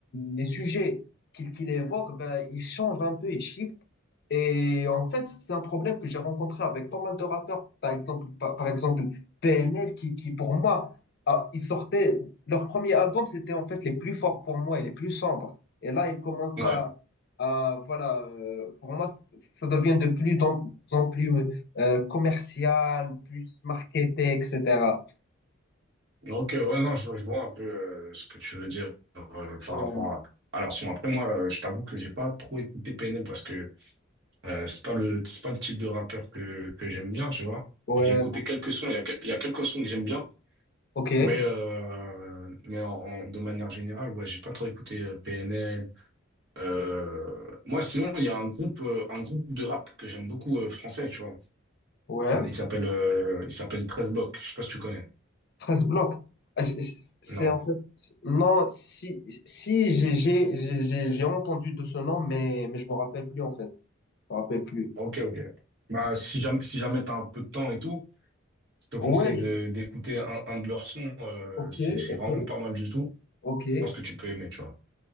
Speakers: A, on the left; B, on the right.
A: les sujets qu'ils qu'ils évoquent, ben, ils changent un peu, ils shiftent. Et en fait, c'est un problème que j'ai rencontré avec pas mal de rappeurs. Par exemple, par, par exemple PNL, qui, qui pour moi, ah, ils sortaient, leur premier album, c'était en fait les plus forts pour moi et les plus sombres. Et là, ils commencent
B: Ouais.
A: à, à, voilà, euh, pour moi, ça devient de plus en en plus euh, commercial, plus marketé, etc.
B: Ok, ouais, non, je, je vois un peu euh, ce que tu veux dire euh, par
A: Ouais,
B: rapport à. Alors, son, après, moi, euh, je t'avoue que j'ai pas trop écouté PNL parce que euh, c'est pas le, c'est pas le type de rappeur que, que j'aime bien, tu vois.
A: ouais,
B: J'ai écouté quelques sons, il y a, que- il y a quelques sons que j'aime bien,
A: ok,
B: mais, euh, mais en, en- de manière générale, ouais, j'ai pas trop écouté euh, PNL. Euh, moi, sinon, il y a un groupe, euh, un groupe de rap que j'aime beaucoup euh, français, tu vois.
A: ouais.
B: Il s'appelle euh, il s'appelle 13 Blocs, je sais pas si tu connais.
A: 13 blocs. Ah, j- j- C'est
B: Non.
A: en fait, c'est- non, si, si j'ai j'ai- j'ai- j'ai- j'ai entendu de ce nom, mais, mais je me rappelle plus en fait. Je me rappelle plus.
B: Ok, ok. Bah, si jamais, si jamais t'as un peu de temps et tout, je te conseille
A: Ouais, je-
B: de, d'écouter un, un de leurs sons. euh,
A: ok,
B: c'est, c'est
A: ok,
B: vraiment pas mal du tout.
A: ok.
B: Je pense que tu peux aimer, tu vois.